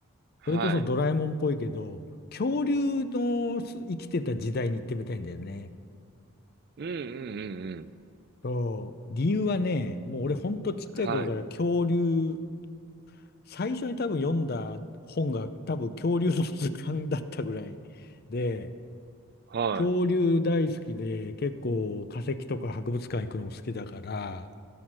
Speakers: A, on the right; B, on the left.
A: はい。
B: それこそドラえもんっぽいけど、恐竜のす生きてた時代に行ってみたいんだよね。
A: うんうんうんうん。
B: そう、理由はね、もう俺ほんとちっちゃい頃から恐竜、
A: はい。
B: 最初に多分読んだ本が多分恐竜の図鑑だったぐらいで、
A: は
B: 恐竜大好きで、結構化石とか博物館行くのも好きだから、